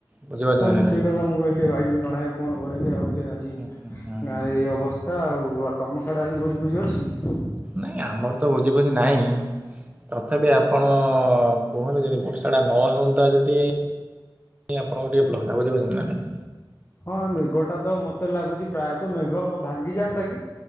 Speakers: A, on the right; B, on the left.
A: ବୁଝିପାରୁଛନ୍ତି
B: ନାଇଁ ମୁଁ
A: ନା
B: ସେଇ କଥା ମୁଁ ଭାବିଲି ଭାଇକି ଜଣଏ ଫୋନ କରିକି ଆଉ ଆଜି
A: ହୁଁ ହୁଁ ହୁଁ ହୁଁ।
B: ଗାଁରେ ଏ ଅବସ୍ଥା ଆଉ ଆଉ ତମ ସଢ଼େ ଆଜି ଭୋଜି ଫୋଜି ଅଛି କି?
A: ନାଇଁ ଆମର ତ ଭୋଜି ଫୋଜି ନାହିଁ। ତଥାପି ଆପଣ କୁହନ୍ତୁ ଯଦି ବର୍ଷା ଟା ନ ହଅନ୍ତା ଯଦି ନଁ ଆପଣଙ୍କ ଟିକେ ଭଲ <unintelligible> ବୁଝି ପାରିଲେ ନା ନାଇଁ
B: ହଁ ମେଘ ଟା ତ ମତେ ଲାଗୁଚ ପ୍ରାୟତଃ ମେଘ ଭାଙ୍ଗିଯାଆନ୍ତା କି